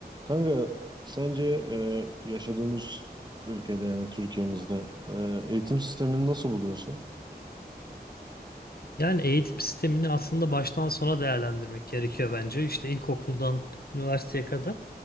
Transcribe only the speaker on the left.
Yani eğitim sistemini aslında baştan sona değerlendirmek gerekiyor bence. İşte ilkokuldan üniversiteye kadar.